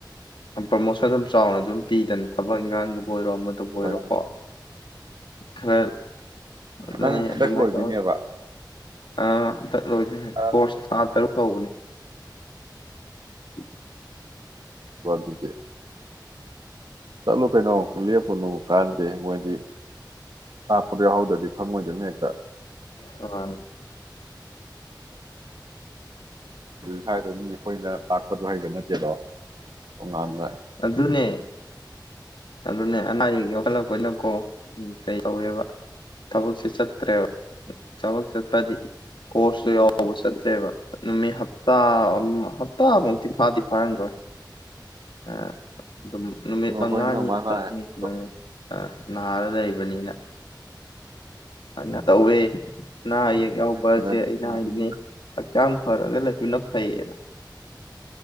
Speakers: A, on the left (about 85°); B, on the right (about 65°).
A: ꯭ꯔꯃꯣ ꯑꯗꯨꯝ ꯆꯥꯎꯅ ꯑꯗꯨꯝ ꯄꯤꯗꯅ ꯊꯕꯛ ꯏꯪꯈꯥꯡꯗꯨꯕꯨ ꯑꯣꯏꯔꯣ ꯑꯃꯗꯨꯕꯨ ꯑꯣꯏꯔꯣꯀꯣ
B: ꯍꯣꯏꯅꯦ
A: ꯈꯔ ꯑꯗꯨꯅꯤ
B: ꯅꯪꯒꯤ ꯍꯟꯗꯛ
A: ꯑꯗꯨꯃꯥꯏꯅ
B: ꯂꯣꯏꯗꯣꯏꯅꯦꯕ
A: ꯇꯧꯋꯤ ꯑꯥ
B: ꯑꯣ
A: ꯀꯣꯔꯁ ꯊꯥ ꯇꯔꯨꯛ ꯇꯧꯕꯅꯤ <inaudible>
B: ꯑꯗꯨꯗꯦ ꯆꯠꯂꯨ ꯀꯩꯅꯣ ꯂꯦꯞꯄꯨꯅꯨ ꯀꯥꯟꯗꯦ ꯃꯣꯏꯗꯤ ꯂꯥꯛꯄꯗ ꯌꯥꯎꯍꯧꯗ꯭ꯔꯗꯤ ꯈꯪꯉꯣꯏꯗꯅꯤ ꯍꯦꯛꯇ
A: ꯑꯅꯤ
B: ꯍꯥꯏ ꯑꯗꯨꯝ ꯑꯩꯈꯣꯏꯅ ꯇꯥꯛꯄꯁꯨ ꯍꯩꯕ ꯅꯠꯇꯦꯗꯣ ꯑꯣꯉꯗ
A: ꯑꯗꯨꯅꯦ ꯑ ꯑꯗꯨꯅꯦ ꯑꯌꯦ ꯌꯈꯠꯂꯛꯄꯅ ꯀꯣ ꯎꯝ ꯀꯩ ꯇꯧꯋꯦꯕ ꯊꯕꯛꯁꯦ ꯆꯠꯇ꯭ꯔꯦꯕ ꯊꯕꯛ ꯆꯠꯄꯗꯤ ꯀꯣꯔꯁꯇꯨ ꯌꯥꯎꯕ ꯆꯠꯇꯂ꯭ꯔꯦꯕ ꯅꯨꯃꯤꯠꯞ ꯇ ꯍꯞꯇꯥꯃꯨꯛꯇꯤ ꯐꯥꯗꯤ ꯐꯥꯔꯝꯈꯣꯏ ꯑ ꯑꯗꯨꯝ ꯅꯨꯃꯤꯠ ꯃꯉꯥꯅꯤ
B: ꯍꯣꯏ ꯅꯣꯏ ꯃꯥꯅ
A: ꯇꯔꯨꯛꯅꯤ
B: ꯍꯥꯏꯕꯗꯣ
A: ꯁꯨꯃꯥꯏꯅ ꯑꯥ ꯅꯥꯥꯔ ꯂꯩꯕꯅꯤꯅ ꯃ ꯇꯧꯋꯦ ꯑꯅꯥ ꯑꯌꯦꯛ ꯌꯥꯎꯕꯁꯦ
B: ꯁꯦꯟꯅꯗ꯭ꯔꯗꯤ
A: ꯑꯩꯅ ꯍꯥꯏꯗꯨꯅꯤ ꯍꯛꯆꯥꯡ ꯐꯔꯒ ꯂꯩꯕꯅ ꯐꯩꯌꯦꯅ